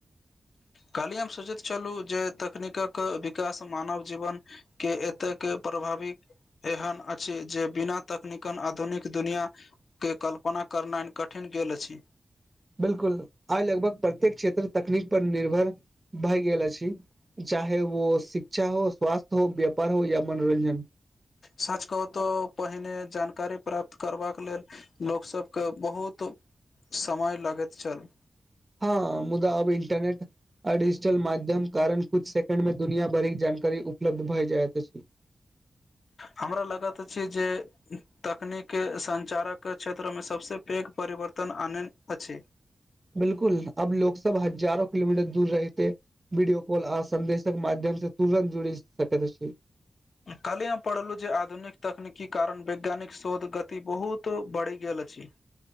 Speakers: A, on the left; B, on the right.
A: काल्हि हम सोचैत छलहुँ जे तकनीकक विकास मानव जीवन के एतेक प्रभावी एहन अछि जे बिना तकनीकन आधुनिक दुनिया के कल्पना करनाइ कठिन गेल अछि
B: बिलकुल आइ लगभग प्रत्येक क्षेत्र तकनीक पर निर्भर भए गेल अछि चाहे वो शिक्षा हो स्वास्थ्य हो व्यापार हो या मनोरंजन
A: सच कहू तोऽ पहिने जानकारी प्राप्त करबाक लेल लोकसभके बहुत समय लगैत छल
B: हँ मुदा अब इंटरनेट आ डि माध्यम कारण कुछ सेकंड मे दुनिया भरिक जानकारी उपलब्ध भए जायइत अछि
A: हमरा लागत अछि जे तकनी केऽ संचारक क्षेत्रमे सभसँ पैघ परिवर्तन आनेन अछि
B: बिलकुल अब लोग सब हजारो किलोमीटर दूर रहिते वीडियो कॉल आ संदेशक माध्यम से तुरत जोड़ी सकैत अछि
A: कल्हि हम पढ़लहुँ जे आधुनिक तकनीकी कारण वैज्ञानिक शोध गति बहुत बढ़ि गेल अछि